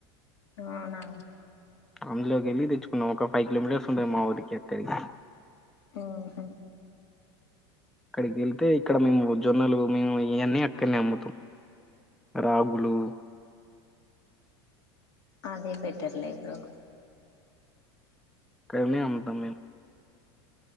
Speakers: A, on the left; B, in the centre.
A: అవునా
B: అందులోకి వెళ్ళలి తెచ్చుకున్నాం ఒక ఫైవ్ కిలోమీటర్స్ మాఊరికి అక్కడికి
A: ఆహా
B: అక్కడికి వెళ్తే ఇక్కడ మేము జొన్నలు మేము ఇయన్నీ అక్కడ్నే అమ్ముతాం రాగులు
A: అదే బెటర్లే బ్రో
B: క్కడ్నే అమ్ముతాం మేం